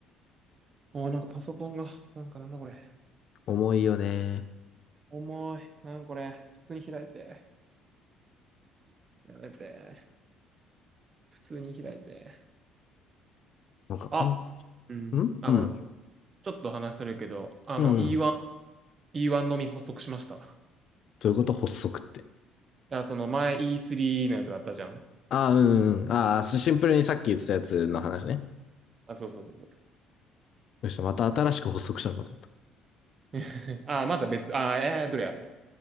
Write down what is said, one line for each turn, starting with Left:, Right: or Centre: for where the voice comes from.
Right: おー、なんかパソコンが、なんかなんだこれ。
Left: 重いよね。
Right: 重い。なんこれ。普通に開いて。やめて。普通に開いて。
Left: なんかかん、
Right: あ、
Left: ん
Right: うん。
Left: うん、
Right: あ、
Left: うん、
Right: ごめん。ちょっと話するけど、あの、
Left: うん。
Right: E1、E1 のみ発足しました。い
Left: どういうこと発足って。
Right: や、その前 E3 のやつがあったじゃん。
Left: ああ、うん、うん。ああ、シンプルにさっき言ってたやつの話ね。
Right: あ、そうそうそうそう。
Left: よし、また新しく発足したのかと思っ
Right: <laughs> あ、まだ別、あ、えー、どれや。